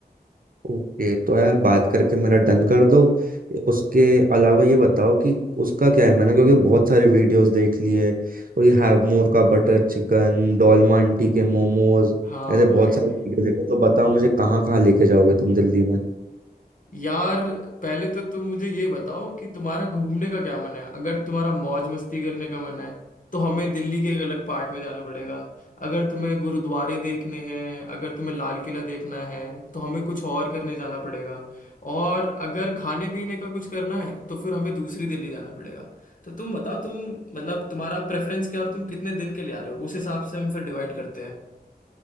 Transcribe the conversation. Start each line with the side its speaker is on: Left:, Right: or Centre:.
Right: ओके तो यार बात करके मेरा डन कर दो उसके अलावा ये बताओ कि उसका क्या है मैंने क्योंकि बहुत सारे वीडियोस देख लिए कोई हैव मोर का बटर चिकन डोलमा आंटी के मोमोज
Left: हाँ
Right: ऐसे
Left: भाई
Right: बहुत सारे वीडियो देखे तो बताओ मुझे कहाँ कहाँ लेके जाओगे तुम दिल्ली में
Left: यार पहले तो तुम मुझे ये बताओ कि तुम्हारा घूमने का क्या मन है अगर तुम्हारा मौज मस्ती करने का मन है तो हमें दिल्ली के एक अलग पार्ट में जाना पड़ेगा अगर तुम्हें गुरुद्वारे देखने हैं अगर तुम्हें लाल किला देखना है तो हमें कुछ और करने जाना पड़ेगा और अगर खाने पीने का कुछ करना है तो फिर हमें दूसरी दिल्ली जाना पड़ेगा तो तुम बताओ तुम मतलब तुम्हारा प्रेफरेंस क्या है और तुम कितने दिन के लिए आ रहे हो उस हिसाब से हम फिर डिवाइड करते हैं